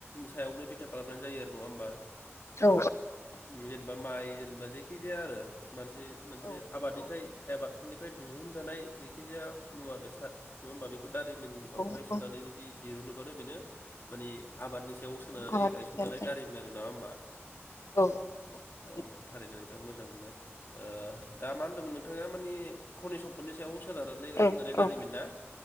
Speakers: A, on the left; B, on the left.
A: फिथायावनो बिथा खालामनानै जायो आरो नङा होमबा
B: औ
A: ओम जेनेबा माइ जेने बा जायखिजाया आरो मानसि मोनसे
B: औ
A: आबादनिफ्राय
B: औ
A: आइबाद निफ्राय दिहुनजानाय जायखिजाया मुवा बेसाद नङा होमबा बेखौ दारिमिनावहाय
B: औ
A: सोनानै
B: औ
A: जुदि दिरुनोबानो बेनो माने आबादनि सायाव सोनारानै
B: आबाद
A: गायसनजानाय
B: बिथायारि
A: दारिमिन आरो नङा होमबा।
B: औ नंगौ थारैनो
A: अ थारैनो। मोजां मोनबाय ओ दा मा होनदोंमोन नोंथाङा मानि खनि सम्पदनि सायाव सोनारनानै गायसनजानाय
B: औ औ
A: दारिमिन ना